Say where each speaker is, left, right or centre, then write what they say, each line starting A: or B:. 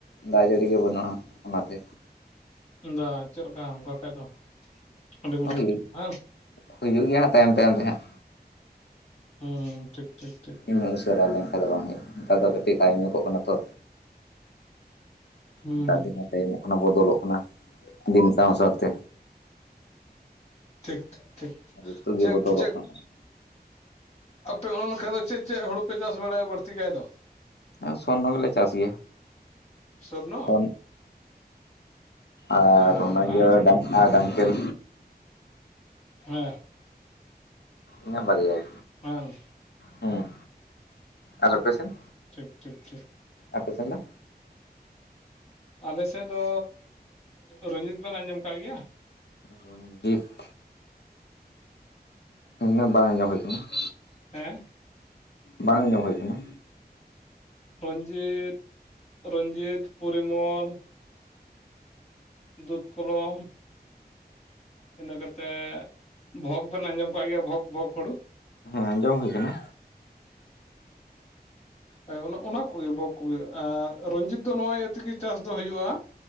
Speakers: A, on the left; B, on the left.
A: ᱫᱟᱜ ᱡᱟᱹᱲᱤ ᱜᱮ ᱵᱟᱹᱱᱩᱜᱼᱟ ᱚᱱᱟᱛᱮ
B: ᱫᱟ ᱪᱮᱫ ᱞᱮᱠᱟ ᱚᱱᱠᱟ ᱠᱷᱟᱱᱡ ᱫᱚ ᱟᱹᱰᱤ ᱢᱩᱥᱠᱤᱞ
A: ᱦᱳᱭ
B: ᱦᱮᱸ
A: ᱦᱩᱭᱩᱜ ᱜᱮᱭᱟ ᱦᱟᱸᱜ ᱛᱟᱭᱚᱢ ᱛᱟᱭᱚᱢ ᱛᱮ ᱦᱟᱸᱜ
B: ᱦᱩᱸ ᱴᱷᱤᱠ ᱴᱷᱤᱠ ᱴᱷᱤᱠ᱾
A: ᱤᱧ ᱩᱥᱟᱹᱨᱟ ᱞᱮᱱᱠᱷᱟᱱᱡ ᱫᱚ ᱵᱟᱝ ᱦᱩᱭᱩᱜᱼᱟ ᱱᱮᱛᱟᱨ ᱫᱚ ᱠᱟᱹᱴᱤᱡ ᱧᱚᱜᱚᱽ ᱠᱟᱱᱟ ᱛᱚ
B: ᱦᱩᱸ
A: ᱮᱴᱟᱜ ᱫᱤᱱ ᱦᱚᱸ ᱛᱟᱭᱚᱢᱚᱜ ᱠᱟᱱᱟ ᱵᱚᱫᱚᱞᱚᱜ ᱠᱟᱱᱟ ᱫᱤᱱ ᱥᱟᱶ ᱥᱟᱶᱛᱮ
B: ᱴᱷᱤᱠ ᱴᱷᱤᱠ
A: ᱨᱤᱛᱩ ᱜᱮ
B: ᱴᱷᱤᱠ
A: ᱵᱚᱫᱚᱞᱚᱜ
B: ᱪᱮᱫ ᱪᱮᱫ
A: ᱠᱟᱱᱟ
B: ᱟᱯᱮ ᱚᱱᱠᱟᱱ ᱫᱚ ᱪᱮᱫ ᱪᱮᱫ ᱦᱩᱲᱩᱯᱮ ᱪᱟᱥ ᱵᱟᱲᱟᱭᱟ ᱵᱟᱹᱲᱛᱤ ᱠᱟᱡ ᱫᱚ?
A: ᱟᱨ ᱥᱚᱨᱱᱚ ᱜᱮᱞᱮ ᱪᱟᱥ ᱜᱮᱭᱟ ᱾
B: ᱥᱚᱨᱱᱚ
A: ᱦᱮᱸ ᱟᱨ
B: ᱚ
A: ᱚᱱᱟ
B: ᱦᱟᱝ
A: ᱤᱭᱟᱹ ᱰᱟᱝ ᱦᱮ ᱰᱟᱝᱠᱮᱞ
B: ᱦᱮᱸ
A: ᱤᱱᱟᱹ ᱵᱟᱨᱟᱭ
B: ᱵᱟᱱᱜ
A: ᱦᱮᱸ ᱟᱨ ᱟᱯᱮ ᱥᱮᱱ?
B: ᱴᱷᱤᱠ ᱴᱷᱤᱠ ᱴᱷᱤᱠ
A: ᱟᱯᱮ ᱥᱮᱱ ᱫᱚ?
B: ᱟᱞᱮᱥᱮᱫ ᱫᱚ ᱨᱚᱡᱤᱛ ᱵᱮᱱ ᱟᱸᱡᱚᱢ ᱟᱠᱟᱫ ᱜᱮᱭᱟ?
A: ᱨᱚᱱᱡᱤᱛ ᱩᱱᱟᱹᱜ ᱵᱟᱝ ᱟᱸᱡᱚᱢ ᱦᱩᱭ ᱟᱠᱟᱱᱟ ᱾
B: ᱦᱮᱸ
A: ᱵᱟᱝ ᱟᱸᱡᱚᱢ ᱦᱩᱭ ᱟᱠᱟᱱᱟ
B: ᱨᱚᱧᱡᱤᱛ ᱨᱚᱡᱤᱛ ᱯᱚᱨᱤᱢᱚᱞ ᱫᱩᱫ ᱠᱚᱞᱚᱢ ᱤᱱᱟᱹ ᱠᱟᱛᱮ ᱵᱷᱳᱜᱽ ᱵᱮᱱ ᱟᱸᱡᱚᱢ ᱠᱫ ᱜᱮᱭᱟ ᱵᱷᱳᱚᱜᱽ ᱵᱷᱳᱚᱜᱽ ᱦᱩᱲᱩ
A: ᱦᱮᱸ ᱡᱚᱢ ᱦᱩᱭ ᱟᱠᱟᱱᱟ᱾
B: ᱦ ᱚᱱᱟ ᱠᱚ ᱜᱮ ᱵᱷᱳᱚᱜ ᱠᱚ ᱜᱮ ᱟᱨ ᱨᱧᱡᱤᱛ ᱫᱚ ᱱᱚᱣᱟ ᱤᱭᱟᱹ ᱛᱮ ᱜᱮ ᱪᱟᱥ ᱫᱚ ᱦᱩᱭᱩᱜᱼᱟ